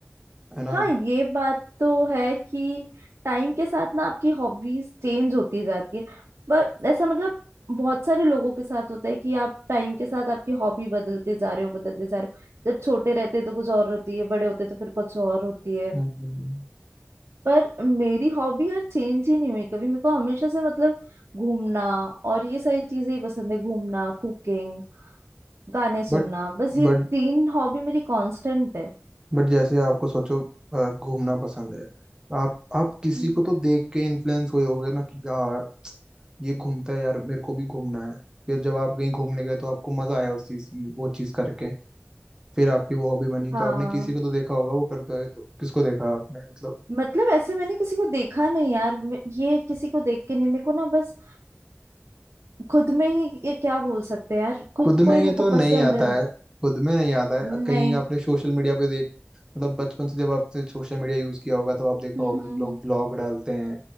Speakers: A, on the right; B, on the right.
A: है ना
B: हाँ ये बात तो है कि टाइम के साथ ना आपकी हॉबीज चेंज होती जाती है पर ऐसा मतलब बहुत सारे लोगों के साथ होता है कि आप टाइम के साथ आपकी हॉबी बदलते जा रहे हो बदलते जा रहे हो जब छोटे रहते तो कुछ और होती है बड़े होते तो फिर कुछ और होती है
A: हम्म, हम्म।
B: पर मेरी हॉबी यार चेंज ही नहीं हुई कभी मेरे को हमेशा से मतलब घूमना और ये सारी चीजें ही पसंद है घूमना कुकिंग गाने सुनना
A: बट
B: बस ये
A: बट
B: तीन हॉबी मेरी कांस्टेंट है
A: बट जैसे आपको सोचो अ, घूमना पसंद है तो आप आप किसी
B: हम्म।
A: को तो देख के इन्फ्लुएंस हुए होगे ना कि यार ये घूमता है यार मेरे को भी घूमना है फिर जब आप कहीं घूमने गए तो आपको मजा आया उस चीज वो चीज करके फिर आपकी वो हॉबी बनी
B: हाँ
A: तो आपने किसी को तो देखा होगा वो करता है तो किसको देखा आपने मतलब
B: मतलब ऐसे मैंने किसी को देखा नहीं यार मे- ये किसी को देख के नहीं मेरे को ना बस खुद में ही ये क्या बोल सकते हैं यार खुद
A: खुद
B: को
A: में
B: ही मेरे
A: ही
B: को
A: तो नहीं
B: पसंद
A: आता
B: है
A: है खुद में नहीं आता है
B: नहीं
A: कहीं आपने सोशल मीडिया पे देख मतलब बचपन से जब आपने सोशल मीडिया यूज किया होगा तो आप देखा
B: हम्म
A: होगा
B: हम्म
A: कि लोग
B: हम्म,
A: ब्लॉग डालते हैं